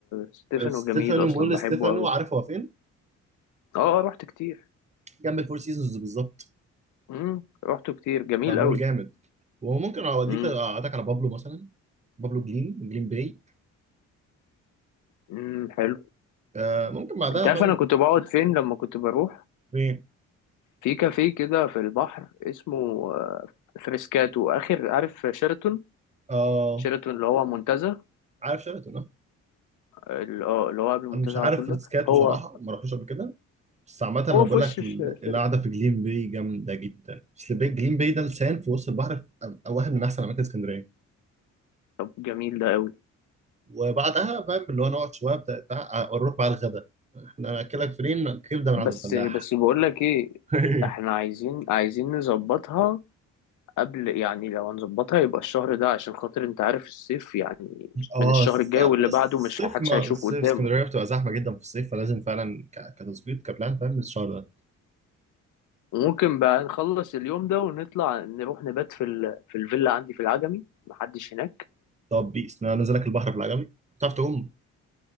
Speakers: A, on the left (about 80°); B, on the right (about 25°).
A: ستيفانو
B: ستيفانو
A: جميل اصلا
B: مول
A: بحبه
B: ستيفانو
A: قوي
B: عارف هو فين؟
A: اه آه، رحت كتير
B: جنب الفور سيزونز بالظبط
A: امم رحته كتير جميل
B: فمول
A: قوي
B: جامد وممكن أوديك
A: امم
B: أقعدك على بابلو مثلا بابلو جليم جليم باي
A: امم حلو
B: آه ممكن بعدها
A: انت عارف
B: فاهم
A: انا كنت بقعد فين لما كنت بروح
B: فين؟
A: في كافيه كده في البحر اسمه آه، فريسكاتو اخر عارف شيراتون
B: آه
A: شيراتون اللي هو منتزه
B: عارف شيراتون اه
A: آه، اللي آه، اللي هو قبل المنتزه
B: أنا مش عارف
A: على طول ده
B: ريتسكاتو
A: هو
B: صراحة ما رحتوش قبل كده بس عامة أنا
A: هو
B: بقول
A: في وش
B: لك
A: ش-
B: ال- القعدة
A: شيراتون
B: في جليم باي جامدة جدا بس البي- جليم باي ده لسان في وسط البحر في أم- واحد من أحسن أماكن اسكندرية
A: طب جميل ده قوي
B: وبعدها فاهم اللي هو نقعد شوية بتاع بتاع- نروح بقى الغدا إحنا هنأكلك فين كبدة من
A: بس
B: عند الفلاح
A: بس بقول لك ايه
B: <laughs>
A: احنا عايزين عايزين نظبطها قبل يعني لو هنظبطها يبقى الشهر ده عشان خاطر انت عارف الصيف يعني
B: اه
A: من الشهر
B: س-
A: الجاي
B: قبل
A: واللي
B: الصيف
A: بعده مش محدش
B: ما
A: هيشوف
B: الصيف
A: قدامه
B: اسكندريه بتبقى زحمه جدا في الصيف فلازم فعلا ك- كتظبيط كبلان فاهم الشهر ده
A: وممكن بقى نخلص اليوم ده ونطلع نروح نبات في ال... في الفيلا عندي في العجمي محدش هناك
B: طب بيس انا نزلك البحر في العجمي بتعرف تعوم